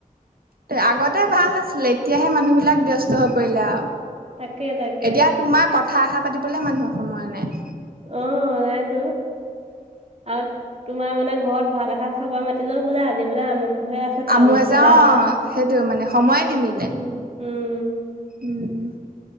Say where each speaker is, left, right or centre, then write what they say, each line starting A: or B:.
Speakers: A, on the right (about 80°); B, on the right (about 45°).
A: তে আগ তে ভাল আছিলে এতিয়াহে মানুহ বিলাক ব্যস্ত হৈ পৰিলে আৰু
B: তাকে তাকে
A: এতিয়া তোমাৰ ক কথা এষাৰ পাতিবলৈ মানুহৰ সময় নাই
B: অঁ নাইতো আৰু তোমাৰ মানে ঘৰত ভাত এসাঁজ খাব মাতিলেও বোলে আজি বোলে আমুক টোহে আছে
A: আমুক
B: তামুকটোহে
A: অ',
B: আছে।
A: সেইটো মানে সময়ে নিমিলে।
B: উম উমম।
A: উম